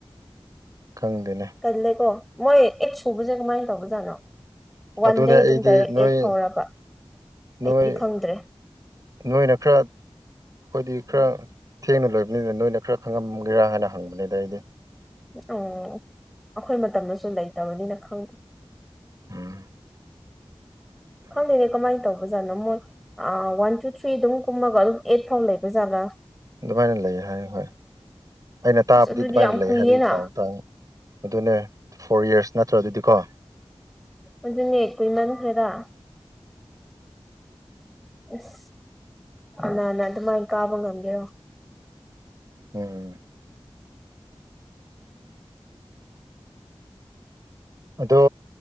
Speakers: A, on the right; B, in the centre.
A: ꯈꯪꯗꯦꯅꯦ
B: ꯀꯜꯂꯦꯀꯣ ꯃꯣꯏ ꯑꯦ ꯁꯨꯕꯁꯦ ꯀꯃꯥꯏꯅ ꯇꯧꯕꯖꯥꯠꯅꯣ ꯋꯥꯟ
A: ꯑꯗꯨꯅꯦ
B: ꯑꯗꯨꯝ
A: ꯑꯩꯗꯤ
B: ꯗꯥꯏꯔꯦꯛ
A: ꯅꯣꯏ
B: ꯑꯦꯠ ꯐꯥꯎꯔꯕ ꯑꯩꯗꯤ
A: ꯅꯣꯏ
B: ꯈꯪꯗ꯭ꯔꯦ
A: ꯅꯣꯏꯅ ꯈꯔ ꯑꯩꯈꯣꯏꯗꯤ ꯈꯔ ꯊꯦꯡꯅ ꯂꯣꯏꯕꯅꯤꯅ ꯅꯣꯏꯅ ꯈꯔ ꯈꯪꯉꯝꯒꯦꯔꯥ ꯍꯥꯏꯅ ꯍꯪꯕꯅꯤꯗ ꯑꯩꯗꯤ
B: ꯑꯣ ꯑꯩꯈꯣꯏ ꯃꯇꯝꯗꯁꯨ ꯂꯩꯇꯕꯅꯤꯅ ꯈꯪꯗꯦ
A: ꯎꯝ
B: ꯈꯪꯗꯦꯅꯦ ꯀꯃꯥꯏꯅ ꯇꯧꯧꯕ ꯖꯥꯠꯅꯣ ꯃꯣꯏ ꯋꯥꯟ ꯇꯨ ꯊ꯭ꯔꯤ ꯑꯗꯨꯝ ꯀꯨꯝꯃꯒ ꯑꯗꯨꯝ ꯑꯩꯠ ꯐꯥꯎ ꯂꯩꯕꯖꯥꯠꯂ꯭ꯔꯥ
A: ꯑꯗꯨꯃꯥꯏꯅ ꯂꯩ ꯍꯥꯏ ꯍꯣꯏ ꯑꯩꯅ ꯇꯥꯕꯗꯤ
B: ꯑꯁ ꯑꯗꯨꯗꯤ
A: ꯑꯗꯨꯃꯥꯏꯅ
B: ꯌꯥꯝ
A: ꯂꯩ
B: ꯀꯨꯏꯌꯦꯅ
A: ꯍꯥꯏꯕꯒꯤ ꯄꯥꯎꯇꯥꯡ ꯑꯗꯨꯅꯦ ꯐꯣꯔ ꯌꯔꯁ ꯅꯠꯇ꯭ꯔ ꯑꯗꯨꯗꯤꯀꯣ
B: ꯑꯗꯨꯅꯦ ꯀꯨꯏꯃꯟꯈ꯭ꯔꯦꯔ ꯑꯁ ꯅ ꯅ ꯑꯗꯨꯃꯥꯏꯅ ꯀꯥꯕ ꯉꯝꯒꯦꯔꯣ
A: ꯎꯝ ꯑꯗꯣ